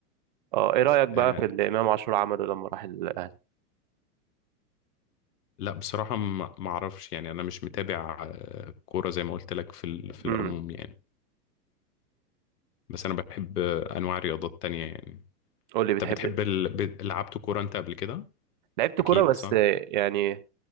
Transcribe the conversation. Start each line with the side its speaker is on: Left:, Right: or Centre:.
Right: اه ايه رأيك بقى
Left: آه،
Right: في اللي امام عاشور عمله لما راح الاهلي
Left: لا بصراحة ما ما اعرفش يعني انا مش متابع آه، كورة زي ما قلت لك في ال- في
Right: امم
Left: العموم يعني بس انا بحب آه، انواع رياضات تانية يعني
Right: قول لي
Left: انت
Right: بتحب
Left: بتحب ال... ب- لعبت كورة انت قبل كده
Right: لعبت
Left: اكيد
Right: كورة بس
Left: صح
Right: آه، يعني